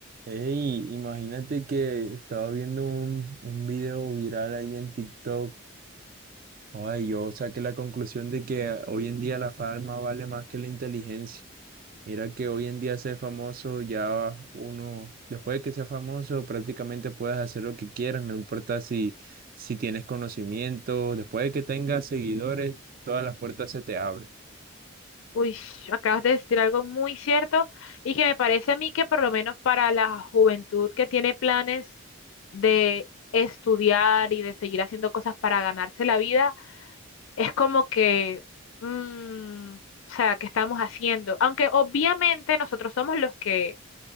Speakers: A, on the right (about 40°); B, on the left (about 65°).
A: Ey, imagínate que estaba viendo un, un video viral ahí en TikTok. Ay, yo saqué la conclusión de que hoy en día la fama vale más que la inteligencia. Mira que hoy en día ser famoso ya uno, después de que sea famoso, prácticamente puedes hacer lo que quieras, no importa si, si tienes conocimiento, después de que tengas seguidores, todas las puertas se te abren.
B: Uy, acabas de decir algo muy cierto y que me parece a mí que por lo menos para la juventud que tiene planes de estudiar y de seguir haciendo cosas para ganarse la vida, es como que, mm, o sea, ¿qué estamos haciendo? Aunque obviamente nosotros somos los que